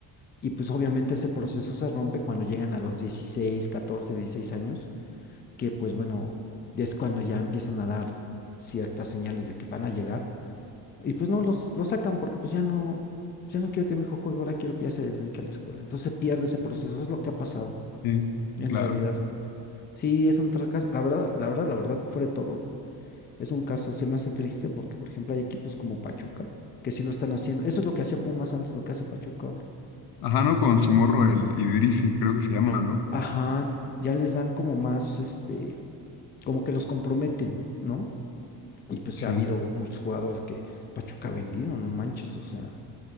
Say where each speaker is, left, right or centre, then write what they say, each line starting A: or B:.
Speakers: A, on the left; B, on the left.
A: Y pues obviamente ese proceso se rompe cuando llegan a los 16, 14, 16 años que pues bueno, es cuando ya empiezan a dar ciertas señales de que van a llegar. Y pues no, los, los sacan porque pues ya no, ya no quiero que mi hijo juegue, ahora quiero que ya se dedique a la escuela. Entonces se pierde ese proceso, es lo que ha pasado
B: Sí,
A: en
B: claro.
A: realidad. Sí, es un fracaso, la verdad, la verdad, la verdad, fuera de todo, es un caso, se me hace triste porque, por ejemplo, hay equipos como Pachuca que sí lo están haciendo. Eso es lo que hacía Pumas antes, lo que hace Pachuca ahora.
B: Ajá, ¿no? Con su morro, el Idrisi, creo que se llama, ¿no?
A: Ajá, ya les dan como más, este, como que los comprometen, ¿no? Y pues
B: Sí,
A: ha habido muchos jugadores que Pachuca ha vendido, no manches, o sea,